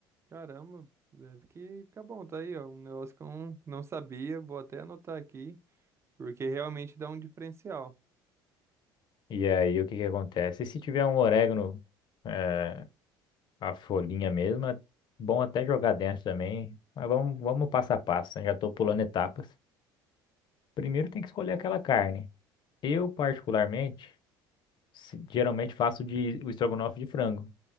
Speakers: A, on the right; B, on the left.
A: Caramba, deve que ficar bom, tá aí, ó. Um negócio que eu não, não sabia, vou até anotar aqui, porque realmente dá um diferencial.
B: E aí o que que acontece? E Se tiver um orégano, eh, a folhinha mesmo, é bom até jogar dentro também, mas vamos, vamos passo a passo, né? já estou pulando etapas. Primeiro tem que escolher aquela carne. Eu, particularmente, se- geralmente faço de, o estrogonofe de frango,